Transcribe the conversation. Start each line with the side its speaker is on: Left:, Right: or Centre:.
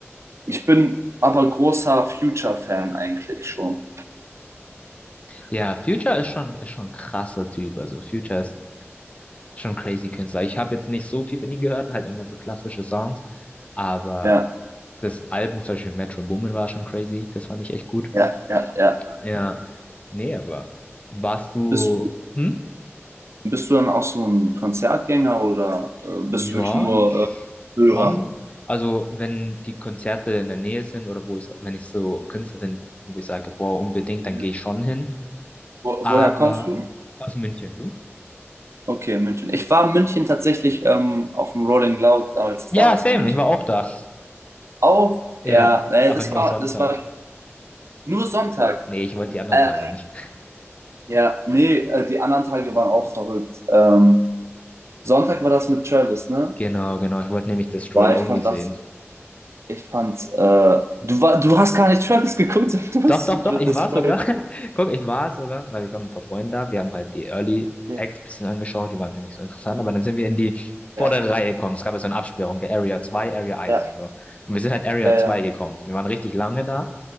Right: Ich bin aber großer Future-Fan eigentlich schon.
Left: ja, Future ist schon, ist schon ein krasser Typ. Also, Future ist schon ein crazy Künstler. Ich habe jetzt nicht so viel von ihm gehört, halt immer so klassische Songs, aber
Right: Ja,
Left: das Album, zum Beispiel Metro Boomin, war schon crazy. Das fand ich echt gut.
Right: ja, ja, ja.
Left: Ja, nee, aber warst du,
Right: Bist,
Left: hm?
Right: bist du dann auch so ein Konzertgänger oder äh, bist
Left: Ja,
Right: du wirklich nur
Left: schon.
Right: äh, Hörer?
Left: Also, wenn die Konzerte in der Nähe sind oder wo ich, wenn ich so Künstler sind, wo ich sage, boah, unbedingt, dann
Right: Ja.
Left: gehe ich schon hin.
Right: Wo,
Left: Aber
Right: woher kommst du?
Left: aus München, du?
Right: Okay, München. Ich war in München tatsächlich ähm, auf dem Rolling Loud damals,
Left: Ja,
Right: damals
Left: same,
Right: in München.
Left: ich war auch da.
Right: Auch,
Left: Ja,
Right: ja, äh,
Left: aber
Right: das
Left: nur
Right: war,
Left: Sonntag.
Right: das war nur Sonntag.
Left: Nee, ich wollte die anderen
Right: Äh,
Left: Tage nicht.
Right: Ja, nee, äh, die anderen Tage waren auch verrückt. Ähm, Sonntag war das mit Travis, ne?
Left: Genau, genau, ich wollte nämlich Destroy
Right: Boah,
Left: Lonely
Right: ich fand
Left: sehen.
Right: das, ich fand's, äh, du war, du hast gar nicht Travis geguckt, <laughs> du bist
Left: Doch, doch,
Right: so
Left: doch,
Right: dr-
Left: ich
Right: destroyed.
Left: war sogar. <laughs> Guck, ich war sogar, weil ich war mit ein paar Freunden da. Wir haben halt die Early
Right: Ja,
Left: Acts ein bisschen angeschaut, die waren halt nicht so interessant, aber dann sind wir in die vordere
Right: ja,
Left: Reihe gekommen. Es gab ja so eine Absperrung, der Area 2 Area eins
Right: ja,
Left: und so. Und wir sind halt Area
Right: ja,
Left: zwei
Right: ja.
Left: gekommen. Wir waren richtig lange da.